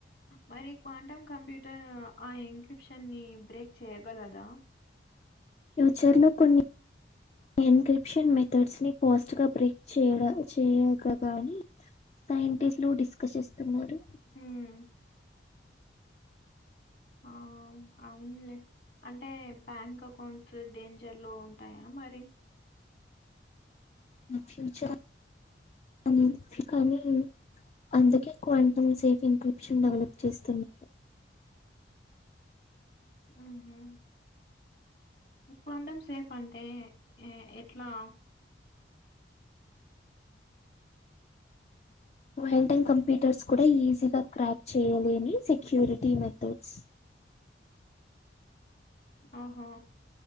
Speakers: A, on the left (about 55°); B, on the left (about 35°).
A: మరి క్వాంటమ్ కంప్యూటర్ ఆ ఇన్క్రిప్షన్ ని బ్రేక్ చేయ్యగలదా
B: ఫ్యూచర్ లో కొన్ని ఎన్క్రిప్షన్ మెథడ్స్ ని ఫాస్ట్గా బ్రేక్ చేయ చేయగాలనీ సైంటిస్ట్లు డిస్కస్ చేస్తున్నారు
A: ఉ ఆ! అవునులే అంటే బ్యాంక్ అకౌంట్స్ డేంజర్ లో ఉంటాయా మరి
B: ఫ్యూచర్ అంతే కానీ అందుకే క్వాంటం సేఫ్ ఇన్క్రిప్షన్ డెవలప్ చేస్తున్నారు
A: ఉహు క్వాంటం సేఫ్ అంటే ఎట్లా
B: క్వారంటైన్ కంప్యూటర్స్ కూడా ఈజీగా క్రాక్ చేయలేని సెక్యూరిటీ మెథడ్స్
A: ఆహా